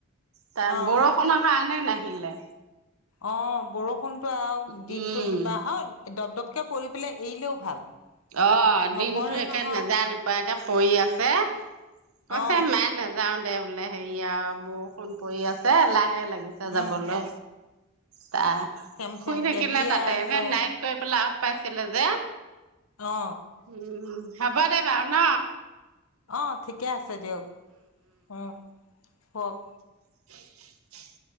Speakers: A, on the right (about 85°); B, on the left (about 80°).
A: ত
B: অ
A: বৰষুণৰ কাৰণে নাই আহিলে
B: অ বৰষু ন তো আও
A: উম
B: দিনটো কিবা অ দপ দপ কে পৰি পেলাই এৰিলেও ভাল
A: অ
B: নপৰে
A: দিনতো একে
B: নহয়
A: নেজায় নোপোৱায়কে পৰি আছে কৈছে
B: অ
A: মায়ে নাযাও দে বোলে হেৰি আও বৰষুণ পৰি আছে লাহে লাহ লাগিছে যাবলৈ
B: উম
A: তা
B: খেম
A: শুই
B: খেমকে
A: থাকিলে
B: দিয়ে
A: তাতে
B: আছে
A: এনে নাই কৰি পেলাও পাইছিলে যে
B: অ
A: উম হ'ব দে বাও ন
B: অ ঠিকে আছে ছে দেও উম হক
A: <unintelligible>